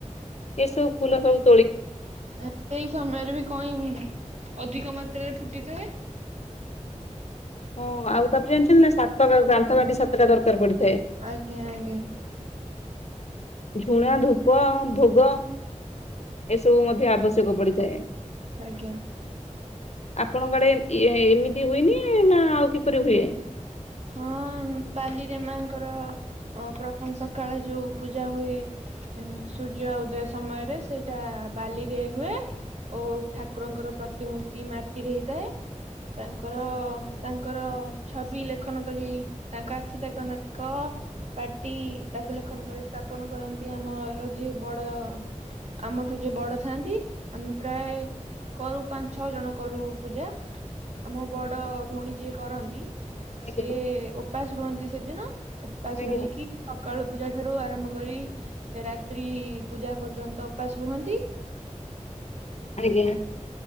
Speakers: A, on the left; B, on the right.
A: ଏସବୁ ଫୁଲ ଖାଉୁ
B: ସେଇ ସମୟରେ ବି କଇଁ। ଅଧିକ ମାତ୍ରାରେ ଫୁଟିଥାଏ।
A: ହଁ ଆଉ ତାପରେ ଜାଣିଛନ୍ତି ନା ସାତଟା ଗାନ୍ଥ କାଠି ସାତଟା ଦରକାର ପଡିଛି।
B: ଆଜ୍ଞା ଆଜ୍ଞା।
A: ଝୁଣା ଧୂପ ଭୋଗ ଏସବୁ ମଧ୍ୟ ଆବଶ୍ୟକ ପଡିଥାଏ।
B: ଆଜ୍ଞା।
A: ଆପଣଙ୍କ ଆଡେ ଏମିତି ହୁଏନି ନା ଆଉ କିପରି ହୁଏ।
B: ହଁ ବାଲିରେମାଙ୍କର ପ୍ରଥମ ସକାଳେ ଯୋଉ ପୂଜା ହୁଏ। ସୂର୍ଯ୍ୟ ଉଦୟ ସମୟରେ ସେଇଟା ବାଲିରେ ହୁଏ ଓ ଠାକୁରଙ୍କ। ମାଟିରେ ହେ ତାଙ୍କର ତାଙ୍କର ଛବି ଲେ ଲଖନ କରି ତାଙ୍କ ଆଖି ତାଙ୍କ ନାକ ପାଟି ତାକୁ ଲେଖନ କରି ସ୍ଥାପନ କରନ୍ତି। ଆମର ଯିଏ ବଡ ଆମଠୁ ଯିଏ ବଡ ଥାଆନ୍ତି ଆମେ ପ୍ରାୟେ କରୁ ପାଞ୍ଚ ଛଅ ଜଣ କରୁ ପୂଜା ଆମ ବଡ ଭଉଣୀ ଯିଏ କରନ୍ତି।
A: ଆଜ୍ଞା
B: ସେଏ ଉପାସ ରୁହନ୍ତି ସେଦିନ ଉପାସ
A: ଆଜ୍ଞା
B: ରହିକି ସକାଳୁ। ପୂଜା ଠାରୁ ଆରମ୍ଭ କରି ରାତ୍ରି ପୂଜା ପର୍ଯ୍ୟନ୍ତ ଉପାସ ରୁହନ୍ତି। <inaudible>
A: ଆଜ୍ଞା।